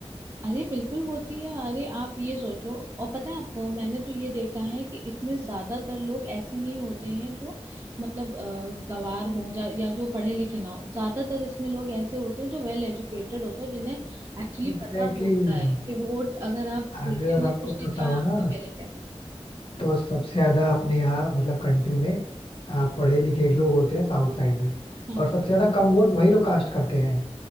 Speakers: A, on the right; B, on the left.
A: अरे बिल्कुल होती है अरे आप ये सोचो और पता है आपको मैंने तो ये देखा है कि इसमें ज्यादातर लोग ऐसे नहीं होते हैं जो मतलब अ, गवार हो जा या जो पढ़े लिखे ना हो ज्यादातर इसमें लोग ऐसे होते हैं जो वेल एजुकेटेड होते हैं जिन्हें एक्चुअली
B: Exactly
A: पता होता
B: exactly.
A: है कि वोट अगर आप देते
B: अगर
A: हो
B: आपको
A: तो उसका
B: पता
A: क्या आपका
B: हो ना
A: मेरिट है
B: तो सबसे ज्यादा अपने यहाँ मतलब कंट्री में आ, पढ़े लिखे लोग होते हैं साउथ साइड में
A: हाँ
B: और सबसे ज्यादा कम वोट वही लोग कास्ट करते हैं